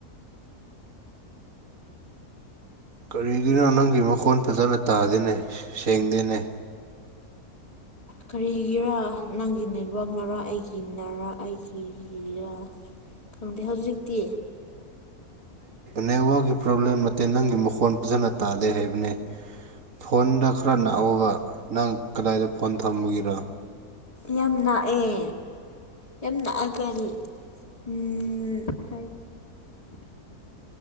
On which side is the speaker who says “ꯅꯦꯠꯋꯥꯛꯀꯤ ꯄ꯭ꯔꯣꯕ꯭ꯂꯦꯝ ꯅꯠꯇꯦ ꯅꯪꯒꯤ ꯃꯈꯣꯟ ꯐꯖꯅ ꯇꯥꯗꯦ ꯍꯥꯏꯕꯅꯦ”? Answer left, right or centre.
Right